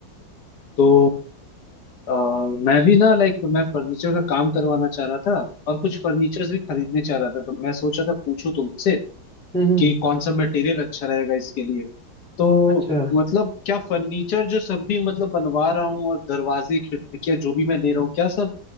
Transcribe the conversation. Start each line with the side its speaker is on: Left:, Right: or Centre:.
Left: तो अ, मैं भी ना लाइक मैं फर्नीचर का काम करवाना चाह रहा था और कुछ फर्नीचर्स भी खरीदने चाह रहा था तो मैं सोचा था पूछूं तुमसे
Centre: हम्म हम्म,
Left: कि कौन सा मटेरियल अच्छा रहेगा इसके लिए तो
Centre: अच्छा
Left: मतलब क्या फर्नीचर जो सब भी मतलब बनवा रहा हूँ और दरवाजे खिड़कियां जो भी मैं ले रहा हूँ क्या सब